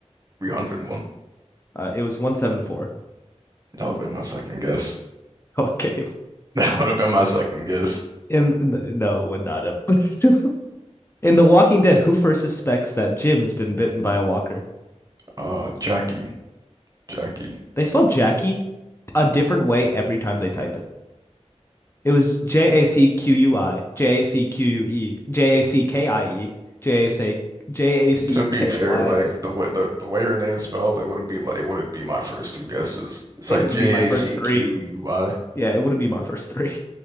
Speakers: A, on the right; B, on the left.
A: 300
B: Uh, it was one seven four.
A: That would have been my second guess. <laughs>
B: <laughs> Okay,
A: That would have been my second guess.
B: and no, would not have. <laughs> In The Walking Dead, who first suspects that Jim's been bitten by a walker?
A: Uh, Jackie, Jackie.
B: They spell Jackie a different way every time they type it. It was J A C Q U I, J A C Q U E, J A C K I E, J A C J A C
A: To be
B: K
A: fair,
B: Y.
A: like the way the, the way her name's spelled, it wouldn't be like it wouldn't be my first two guesses. It's
B: It
A: like
B: wouldn't
A: J
B: be my first
A: A C
B: three.
A: Q U I.
B: Yeah, it wouldn't be my first three.